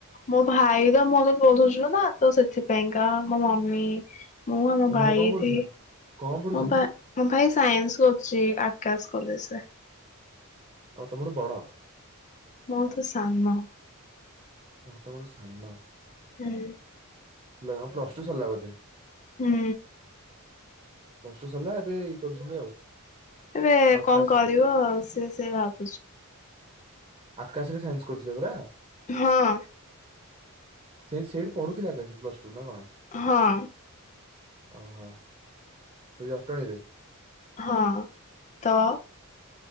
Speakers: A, on the left; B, on the right.
A: ମୋ ଭାଇ ତ ମୋ ତ ପଢ଼ୁଚୁ ନା ତ ସେଥିପାଇଁକା ମୋ ମମି ମୁଁ ଆଉ ମୋ
B: ତମ
A: ଭାଇ
B: କଣ
A: ଏଠି
B: ପଢୁଛନ୍ତି କଣ ପଢୁଛନ୍ତି
A: ମୋ ଭା ମୋ ଭାଇ ସାଇନ୍ସ କରୁଛି ଆକାଶ କଲେଜରେ।
B: ଓ ତମଠୁ ବଡ।
A: ମୁଁ ତ ସାନ।
B: ମୁଁ ତମଠୁ ସାନ।
A: ହୁଁ।
B: ଲା ପ୍ଲସ ଟୁ ସରିଲା ବୋଧେ।
A: ହୁଁ।
B: ପ୍ଲସ ଟୁ ସରିଲା ଏବେ ଇଏ କରୁଛନ୍ତି ଆଉ।
A: ଏବେ
B: ଆକାଶ
A: କଣ କରିବ ସେ ସେ ଭାବ
B: ଆକାଶରେ ସାଇନ୍ସ କରୁଥିଲେ ପରା।
A: ହଁ।
B: ସେ ସେଠି ପଢୁଥିଲେ ଆକାଶରେ ପ୍ଲସ ଟୁ ନା କଣ?
A: ହଁ।
B: ଓହୋ। ସେଇ ଜଟଣୀରେ?
A: ହଁ ତ